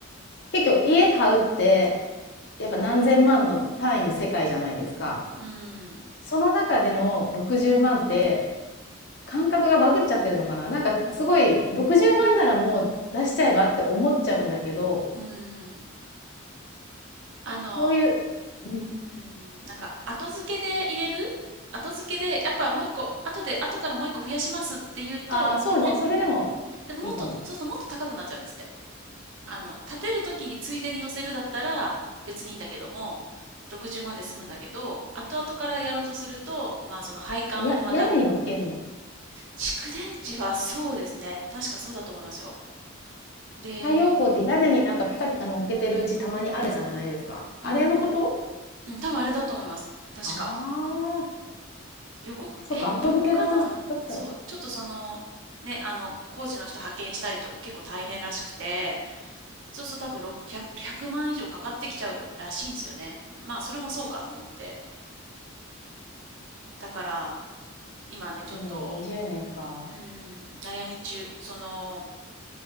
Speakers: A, on the left; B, on the right.
A: 結局家買うって、やっぱ何千万の単位の世界じゃないですか。
B: うーん。
A: その中での60万って、感覚がバグっちゃってるのかな。なんかすごい、60万ならもう出しちゃえばって思っちゃうんだけど、
B: うーん。あの、
A: そういううん、
B: うーん、なんか後付けで入れる後付けで、やっぱもう1個、後で、後からもう1個増やしますって言うと、
A: ああ、そうね、
B: も、
A: それでも
B: でももっと、
A: いいかも。
B: そうするともっと高くなっちゃうんですって。あの、建てる時についでに乗せるだったら別にいいんだけども、60万で済むんだけど、後々からやろうとすると、まあその配管をまた
A: あ、や屋根に乗っけんの？
B: 蓄電池はそうですね。確かそうだと思いますよ。で、
A: 太陽光って屋根になんかピカピカ乗っけてるうちたまにあるじゃないですか。あれのこと？
B: うん、うん、多分あれだと思います。確か。
A: ああ、
B: 横、
A: そっか、
B: え横かなそう、
A: 後付けだとだったら
B: ちょっとその、ね、あの、工事の人派遣したりとか結構大変らしくて、そうすると多分ろっぴゃく100、100万以上かかってきちゃうらしいんですよね。まあ、それもそうかと思って。だから、今ね、ちょっと、
A: 10年、20年か。
B: うーん、悩み中。その、